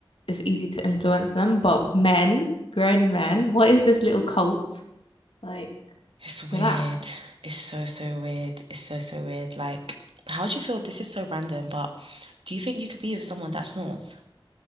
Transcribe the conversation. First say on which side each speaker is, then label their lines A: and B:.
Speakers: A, on the left; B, on the right.
A: it's easy to influence them, but men, grown men, what is this little cult? Like,
B: It's weird.
A: relax.
B: It's so, so weird. It's so, so weird. Like, how do you feel? This is so random, but do you think you could be with someone that snores?